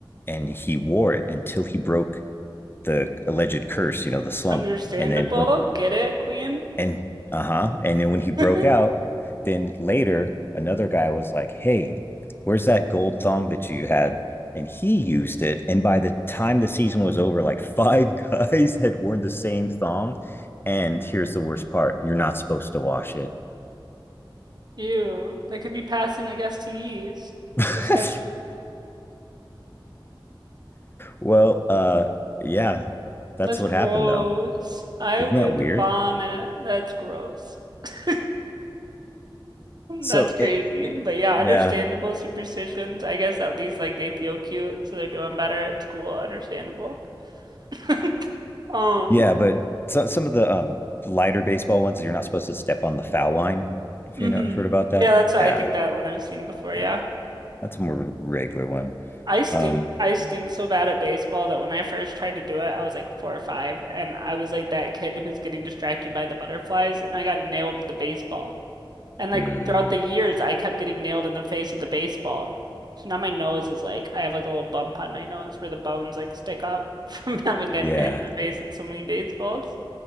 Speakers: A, on the left; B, on the right.
A: and he wore it until he broke the alleged curse, you know, the slump.
B: Understandable.
A: And then once
B: Get it, Queen?
A: and uh-huh and then when he broke
B: <laughs>
A: out then later another guy was like hey where's that gold thong that you had and he used it and by the time the season was over like <laughs> five guys had worn the same thong and here's the worst part you're not supposed to wash it
B: Ew. They could be passing like STDs.
A: <laughs>
B: That's so sketchy.
A: well uh yeah that's
B: That's
A: what
B: gross.
A: happened though
B: I
A: isn't
B: would
A: that weird
B: vomit. That's gross. <laughs>
A: so
B: That's crazy.
A: it, it-
B: But yeah,
A: yeah
B: understandable superstitions. I guess at least like they feel cute, so they're doing better at school. Understandable. <laughs> Um,
A: Yeah, but so, some of the um lighter baseball ones, you're not supposed to step on the foul line. If
B: mhm.
A: you know, heard about
B: Yeah,
A: that.
B: that's I
A: Yeah,
B: think that one I've seen before,
A: yeah,
B: yeah.
A: that's a more regular one.
B: I stink
A: Um,
B: I stink so bad at baseball that when I first tried to do it, I was like four or five, and I was like that kid who's getting distracted by the butterflies, and I got nailed with the baseball. And like
A: mm,
B: throughout the years, I kept getting nailed in the face with the baseball. So now my nose is like I have like a little bump on my nose where the bones like stick up <laughs> from having gotten
A: yeah,
B: hit in the face with so many baseballs.